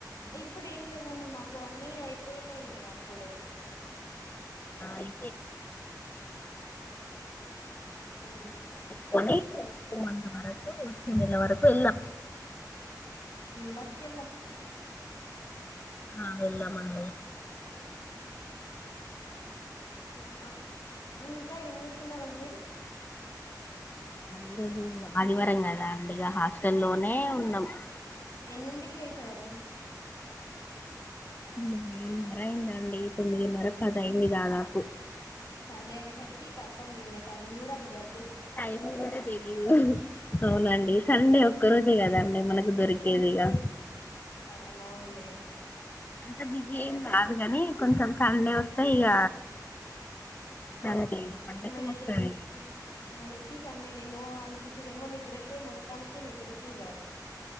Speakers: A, on the left (about 55°); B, on the left (about 25°).
A: ఇప్పుడు ఏం లేవండి మాకు అన్నీ అయిపోయినాయి అప్పుడే <inaudible>
B: ఐ
A: వెళ్ళు-
B: కొని <inaudible> కుమంది వరకు ఉచ్చి నల వరకు ఎలా <inaudible>
A: ఉమ్ బస్ కీ
B: అహ్ వెళ్దాం మండి
A: ఆహా ఇంకా ఏం చేస్తున్నారండి
B: ఈరోజు ఆదివారం కదా అండి ఇగ హాస్టల్లోనే ఉన్నాం
A: ఎన్నింటికి లేసారు
B: ఎనిమిదినర్ర అయిందండి తొమ్మిదినర్రా పది అయింది దాదాపు
A: సండే అనేసరికి కత్తం ఇంక టైమ్ కూడా అట్లా జరింది
B: టైమ్ కూడా తెలీదు అవునండి సండే ఒక్క రోజే కదండి మనకు దొరికేది ఇక
A: అవునవునులే
B: అంత బిజీ ఏం కాదు కాని కొంచెం సండే వస్తే ఇక అంతే బద్దకం
A: మెదటికి
B: వస్తది
A: మనకి సండే నేమో అనిపిస్తుదిమో నిద్రకే మొత్తానికే నిద్రకే ఆది